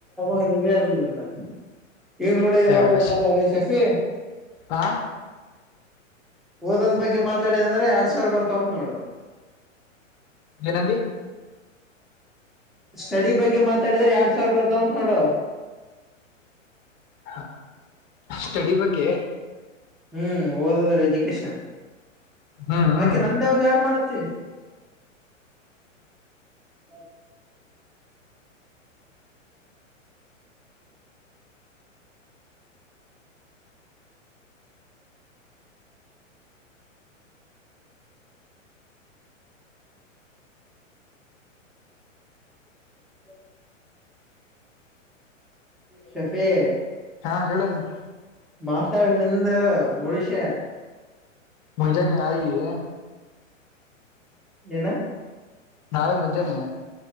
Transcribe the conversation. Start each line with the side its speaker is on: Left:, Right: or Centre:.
Centre: ಹ ನೀರ್ ಇವನ್ ಕೂಡ ಏನು
Left: ಏ ಆಕಾಶ್
Centre: ಹೋಗ ಮಾತ್ರ ಒಳ್ಳ ಶಫಿ
Left: ಹಾ
Centre: ಓದದ ಬಗ್ಗೆ ಮಾತಾಡಿದಂದ್ರೆ ಎರಡ್ ಸಾವಿರ ಬರ್ತಾವ ಉಂಟ ನೋಡು
Left: ಏನಂತ
Centre: ಸ್ಟಡಿ ಬಗ್ಗೆ ಮಾತಾಡಿದ್ರ ಎರಡ್ ಸಾವಿರ ಬರ್ತಾವಂತ ನೋಡು.
Left: ಹ ಸ್ಟಡಿ ಬಗ್ಗೆ.
Centre: ಹ್ಮ್ ಓದದ್ರ ಎಜುಕೇಶನ್
Left: ಹ್ಮ್ ಹ್ಮ್
Centre: ಯಕೆ ನಂದವಾಗ ಯಾರ್ಡ್ ಮಾಡ್. ಸ <unintelligible> ಹ <inaudible> ಶಫೇ.
Left: ಹಾ ಹೇಳುದು.
Centre: ಮಾತಾಡ್ ನಿಂದ ಉಳಷ್ಯ.
Left: ಮುಂಜಾನೆ ಅಹಿಹೇ.
Centre: ಏನ.
Left: ನಾವೆ ಮುಜೆ ನೀ.